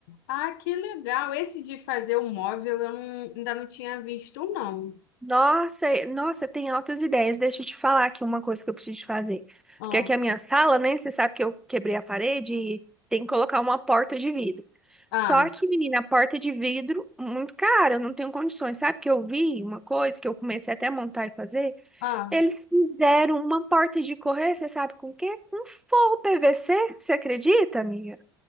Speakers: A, on the left; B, in the centre.
A: Ah, que legal. Esse de fazer o móvel eu não- ainda não tinha visto, não.
B: Nossa, e- nossa, tem altas ideias. Deixa eu te falar aqui uma coisa que eu preciso de fazer.
A: Ah,
B: Porque aqui a minha sala, né? Você sabe que eu quebrei a parede e tem que colocar uma porta de vidro. Só
A: ah,
B: que, menina, a porta de vidro, muito cara, eu não tenho condições. Sabe que eu vi uma coisa que eu comecei até a montar e fazer?
A: ah.
B: Eles fizeram uma porta de correr, você sabe com o quê? Com forro PVC, você acredita, amiga?